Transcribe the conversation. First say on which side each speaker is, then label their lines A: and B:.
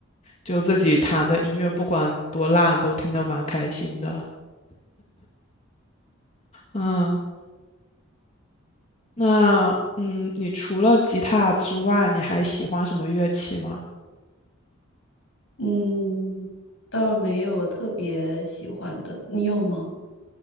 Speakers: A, on the left; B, on the left.
A: 就自己弹的音乐，
B: 是的，
A: 不管多烂，都听得蛮开心的。嗯，那嗯，你除了吉他之外，你还喜欢什么乐器吗？
B: 嗯，倒没有特别喜欢的，你有吗？
A: 嗯，